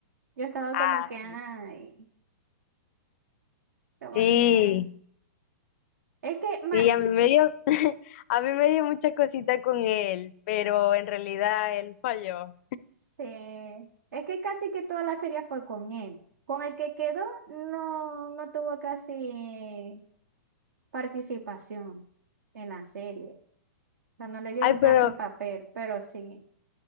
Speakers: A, on the right (about 70°); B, on the left (about 50°).
A: Yo estaba
B: Ah,
A: como que, ay,
B: sí.
A: como
B: Sí.
A: que, ay. Es que, ma,
B: Sí, a mí me dio, <laughs> a mí me dio mucha cosita con él, pero en realidad él falló.
A: sí, es que casi que toda la serie fue con él. Con el que quedó, no, no tuvo casi participación en la serie. O sea, no le dieron
B: Ay,
A: casi
B: pero,
A: papel, pero sí.